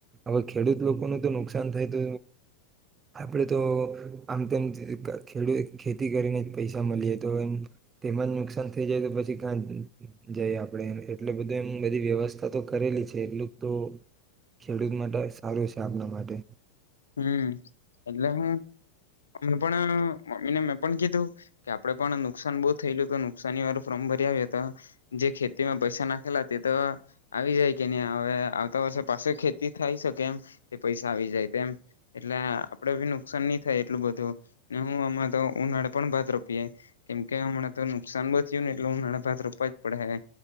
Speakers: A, on the right (about 20°); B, on the left (about 70°).
A: હવે ખેડૂત લોકોનું તો નુક કસાન થાય તો આપણેે તો આમ તેમ ખેડૂત ખેતી કરીને જ પૈસા મળીએ તો એમ તેમાં જ નુકસાન થઈ જાય તો પછી કાઇ જઈ આપણે એટલે બધું એમ બધી વ્યવસ્થા તો કરેલી છે એટલું તો ખેડૂત માટે સારું છે. કે આપણા માટે
B: હમ્મ એટલે હું અ પણ મમ્મીને મેં પણ કીધું કે આપડે પણ નુકસાન બહુ થયેલું તો નુકસાની વાળું ફોર્મ ભરી આવ્યો તો જે ખેતીમાં પૈસા નાખેલા તે તો આવી જાય કે નહી હવે આવતા વર્ષે પાસે ખેતી થાય છેકે એમ તે પૈસા આવી જાય તેમ. એટલે આપડે બી નુકસાન નહી થાય એટલું બધું ને હું હમણાં તો ઉનાળે પણ ભાત રોપીએે કેમકે હમણાં તો નુકસાન વી થયું ને એટલે ઉનાળે ભાત રોપવા જ પડે